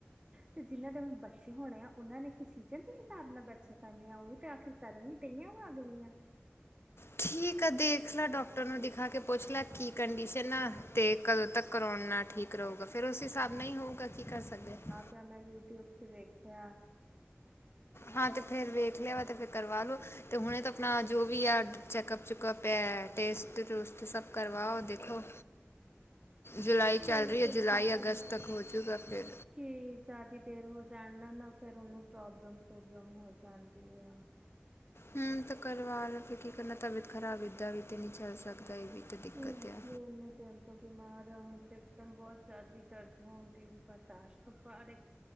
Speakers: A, on the right (about 20°); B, on the left (about 60°).
A: ਤੇ ਜਿਹਨਾਂ ਦੇ ਹੁਣ ਬੱਚੇ ਹੋਣੇ ਆ ਉਹਨਾਂ ਨੇ ਕਿ ਸੀਜਨ ਦੇ ਹਿਸਾਬ ਨਾਲ ਬੱਚੇ ਕਰਨੇ ਆ ਉਹ ਵੀ ਤੇ ਆਖਿਰ ਕਰਨ ਵੀ ਤੇਈਆਂ ਵਧ ਗਈਆਂ
B: ਠੀਕ ਆ ਦੇਖ ਲਾ ਡਾਕਟਰ ਨੂੰ ਦਿਖਾ ਕੇ ਪੁੱਛ ਲੈ ਕੀ ਕੰਡੀਸ਼ਨ ਆ ਤੇ ਕਦੋਂ ਤੱਕ ਕਰਾਉਣ ਨਾ ਠੀਕ ਕਰੂਗਾ ਫਿਰ ਉਸ ਹਿਸਾਬ ਨਾਲ ਹੀ ਹੋਊਗਾ ਕੀ ਕਰ ਸਕਦੇ ਹਾਂ।
A: ਕੱਲ ਮੈਂ ਯੂਟਿਊਬ ਚ ਵੇਖਿਆ
B: ਹਾਂ ਤੇ ਫਿਰ ਵੇਖ ਲਿਆ ਅਤੇ ਫਿਰ ਕਰਵਾ ਲਉ ਅਤੇ ਹੁਣੇ ਤਾਂ ਆਪਣਾ ਜੋ ਵੀ ਆ ਚੈੱਕਅਪ ਚੁੱਕਅਪ ਪੈ ਟੇਸਟ ਟੂਸਟ ਸਭ ਕਰਵਾਓ ਦੇਖੋ ਜੁਲਾਈ
A: ਉਹੀ
B: ਚੱਲ ਰਹੀ ਹੈ
A: ਤੇ
B: ਜੁਲਾਈ
A: ਸੋਚਿਆ
B: ਅਗਸਤ ਤੱਕ ਹੋਜੂਗਾ ਫਿਰ।
A: ਕਿ ਜਿਆਦੀ ਦੇਰ ਹੋ ਜਾਣ ਨਾ ਨਾ ਫੇਰ ਉਹਨੂੰ ਪ੍ਰੋਬਲਮ ਪ੍ਰੂਬਲਮ ਹੋ ਜਾਂਦੀ ਆ।
B: ਹਮ ਤਾਂ ਕਰਵਾ ਲੋ ਫਿਰ ਕੀ ਕਰਨਾ ਤਬੀਅਤ ਖ਼ਰਾਬ ਏਦਾਂ ਵੀ ਤੇ ਨਹੀਂ ਚੱਲ ਸਕਦਾ ਇਹ ਵੀ ਤਾਂ ਦਿੱਕਤ
A: ਹਮ
B: ਆ
A: ਦੇ <inaudible> ਉਹਨੇ ਦੇ ਬਿਮਾਰ ਹੈ ਹੁਣ ਤੇ ਇੱਕਦਮ ਬਹੁਤ ਜ਼ਿਆਦੀ ਦਰਦ ਹੋਣ ਮੇਰੀ ਬਰਦਾਸ਼ਤ ਤੋਂ ਬਾਹਰ ਹੈ।